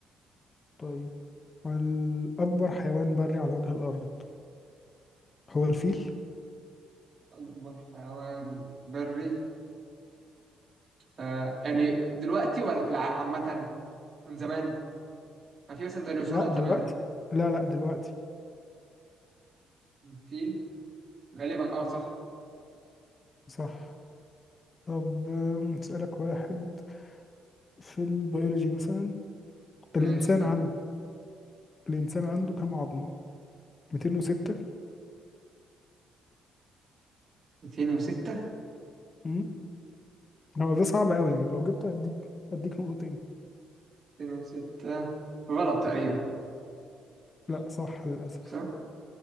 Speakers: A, on the left; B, on the right.
A: طيب الأكبر حيوان بري على وجه الأرض هو الفيل
B: أكبر حيوان بري آه يعني دلوقتي ولا في الع... عامة من زمان ما في مثلا ديناصورات
A: لا دلوقتي
B: زمان
A: لا لا دلوقتي
B: فيل غالبا اه صح
A: صح طب آم، أسألك واحد في البيولوجي مثلا الإنسان
B: ماشي اسألني
A: عنده الإنسان عنده كام عظمة 206
B: 206
A: مم. هو ده صعب قوي يعني لو جبت أديك أديك نقطتين
B: 206 غلط تقريبا
A: لا صح للأسف
B: صح؟